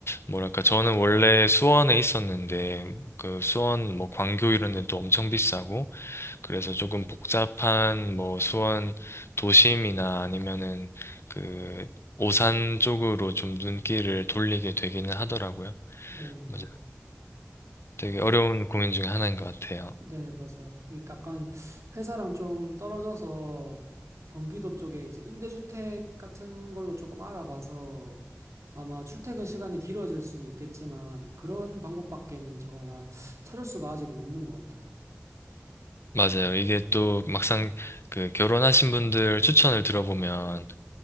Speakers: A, on the left (about 60°); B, on the right (about 80°).
A: 뭐랄까 저는 원래 수원에 있었는데 그 수원 뭐 광교 이런 데도 엄청 비싸고 그래서 조금 복잡한 뭐 수원 도심이나 아니면은 그 오산 쪽으로 좀 눈길을 돌리게 되기는 하더라고요.
B: 네,
A: 맞아요. 되게 어려운 고민 중에 하나인 것 같아요.
B: 네, 맞아요. 이 약간 회사랑 좀 떨어져서 경기도 쪽에 이제 임대주택 같은 걸로 조금 알아봐서 아마 출퇴근 시간이 길어질 수는 있겠지만 그런 방법밖에는 제가 찾을 수가 아직은 없는 것 같아요.
A: 맞아요. 이게 또 막상 그 결혼하신 분들 추천을 들어보면